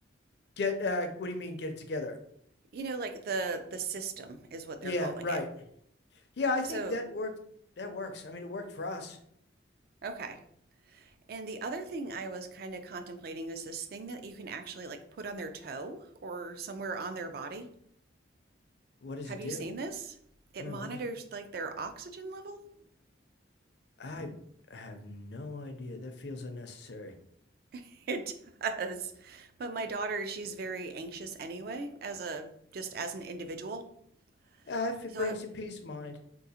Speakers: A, on the left; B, on the right.
A: Get uh, what do you mean? Get it together?
B: You know, like the the system is what
A: Yeah,
B: they're calling
A: right.
B: it.
A: Yeah, I think
B: So,
A: that worked. That works. I mean, it worked for us.
B: okay. And the other thing I was kind of contemplating is this thing that you can actually like put on their toe or somewhere on their body.
A: What does
B: Have
A: it
B: you
A: do?
B: seen this? It
A: No,
B: monitors
A: what does it?
B: like their oxygen level.
A: I have no idea. That feels unnecessary.
B: <laughs> It does. But my daughter, she's very anxious anyway, as a just as an individual.
A: Ah, if it
B: So
A: brings you peace of mind.